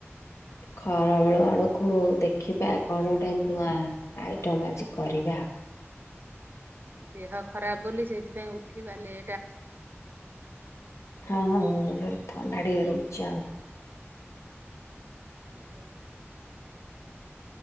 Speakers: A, on the left; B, on the right.
A: ଖରା ବେଳୁ ଆଡକୁ ଦେଖିବା କଣ ଗୋଟେ ନୂଆ ଆଇଟମ ଆଜି କରିବା?
B: ଦେହ ଖରାପ ବୋଲି ସେଇଥିପାଇଁ ଉଠିିବାେ ଲେ
A: ହଁ ଥଣ୍ତା ଟିକେ ରହୁଚି ଆଉ।
B: ଆଜ୍ଞା।